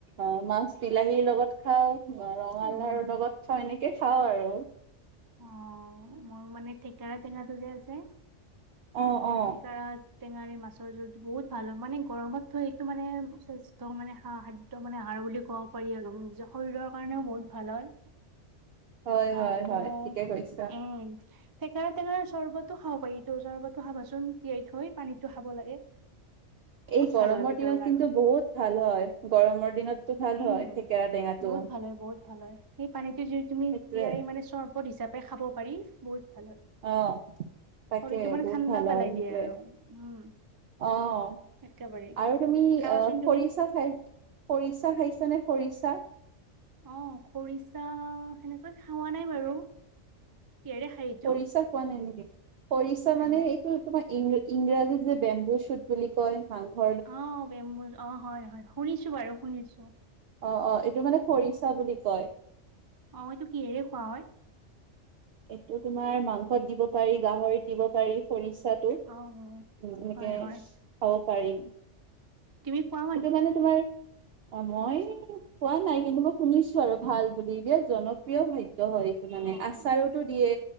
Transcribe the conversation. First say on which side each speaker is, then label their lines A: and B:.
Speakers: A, on the right (about 60°); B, on the right (about 30°).
A: অ' মাছ বিলাহীৰ লগত খাওঁ, ৰঙালাও
B: উম
A: লগত খাওঁ, এনেকে খাওঁ আৰু।
B: অ'! মোৰ মানে, থেকেৰা টেঙাটো যে আছে,
A: অ', অ'।
B: থেকেৰা টেঙাৰে মাছৰ জোলটো বহুত ভাল হয়! মানে, গৰমত এইটো মানে, স্বাস্থ্য মানে, <unintelligible> ত' মানে, আহাৰ বুলি ক'ব পাৰি আৰু। নিজৰ শৰীৰৰ কাৰণেও বহুত ভাল হয়!
A: হয় হয়
B: আকৌ,
A: হয় ঠিকে কৈছা
B: উম! থেকেৰা টেঙাৰ চৰ্বতো খাব পাৰি, এইটো চৰ্বতো খাবাচোন? তিয়াই থৈ পানীটো খাব লাগে। <inaudible>
A: এই গৰমৰ
B: ভাল হয় পেটৰ
A: দিনত
B: কাৰণে
A: কিন্তু, বহুত ভাল হয়! গৰমৰ দিনত ভাল
B: উম
A: হয়, থেকেৰা টেঙাটো।
B: বহুত ভাল হয় বহুত ভাল হয়, সেই পানীটো যদি তুমি,
A: সেইটোয়ে
B: তিয়াই মানে, চৰ্বত হিচাপে খাব পাৰি, বহুত ভাল হয়!
A: অ'! তাকে
B: শৰীৰটো মানে,
A: বহুত
B: ঠাণ্ডা
A: ভাল
B: পেলাই
A: হয় সেইটোয়ে
B: দিয়ে আৰু! উম।
A: অ'!
B: একেবাৰে
A: আৰু তুমি
B: খাবাচোন
A: খৰিচা
B: তুমি
A: চাই খৰিচা খাইছানে, খৰিচা?
B: অ'! খৰিচা, সেনেকৈ খোৱা নাই বাৰু। কিহেৰে খাই এইটো
A: খৰিচা খোৱা নাই নেকি? খৰিচা
B: নাই
A: মানে,
B: নাই
A: এইটো তোমাৰ, ইং-ইংৰাজীত যে, তোমাৰ বেম্বু শ্বুট কি বুলি কয়, মাংস।
B: অ'! বেম্বু, অ' হয়, হয়! শুনিছোঁ বাৰু শুনিছোঁ।
A: অ' অ'! এইটো মানে, খৰিচা বুলি কয়।
B: অ'! এইটো কিহেৰে খোৱা হয়?
A: এইটো তোমাৰ, মাংসত দিব পাৰি, গাহৰিত দিব পাৰি, খৰিচা টো। উম,
B: অ',
A: এনেকে
B: হয়, হয়,
A: খাব পাৰি।
B: তুমি কোৱা
A: এইটো মানে, তোমাৰ অ'! মই খোৱা নাই। কিন্তু, মই শুনিছোঁ আৰু ভাল বুলি! বিৰাট জনপ্ৰিয় খা খাদ্য হয় এইটো মানে।
B: অ',
A: আচাৰতো
B: অ',
A: দিয়ে